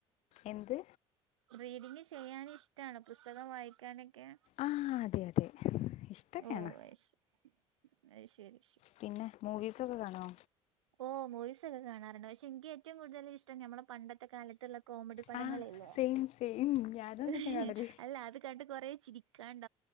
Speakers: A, on the left (about 45°); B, on the right (about 75°).
A: എന്ത്?
B: റീഡിങ് ചെയ്യാൻ ഇഷ്ടാണോ? പുസ്തകം വായിക്കാനൊക്കെ
A: ആഹ് അതെ അതെ ഇഷ്ടൊക്കെയാണ്
B: ഓ ആയ്ശ് അയ് ശരി ശരി
A: പിന്നെ മൂവീസൊക്കെ കാണോ?
B: ഓ മൂവീസൊക്കെ കാണാറ്ണ്ട് പക്ഷെ ൻക്ക് ഏറ്റവും കൂടുതൽ ഇഷ്ടം ഞമ്മളെ പണ്ടത്തെ കാലത്തുള്ള കോമഡി പടങ്ങളില്ലേ
A: ആ സെയിം സെയിം ഞാനും അതന്നെ
B: ഹ്
A: കാണല്
B: അല്ല അത് കണ്ട് കൊറേ ചിരിക്കാണ്ട്